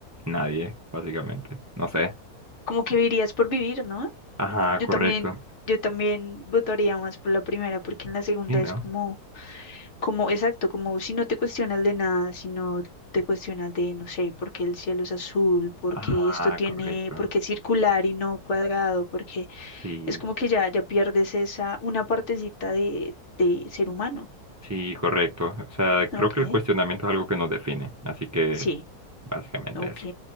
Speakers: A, on the right (about 20°); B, on the left (about 50°).
A: nadie, básicamente. No sé.
B: Como que vivirías por vivir, ¿no?
A: Ajá,
B: Yo
A: correcto.
B: también, yo también votaría más por la primera, porque en la segunda
A: Sí, ¿no?
B: es como, como, exacto, como si no te cuestionas de nada, si no te cuestionas de, no sé, por qué el cielo es azul, porque
A: Ajá,
B: esto tiene,
A: correcto.
B: porque es circular y no cuadrado, porque
A: Sí,
B: es como que ya, ya pierdes esa, una partecita de, de ser humano.
A: sí, correcto. O sea, creo
B: Ok,
A: que el cuestionamiento es algo que nos define, así que
B: sí,
A: básicamente
B: ok.
A: eso.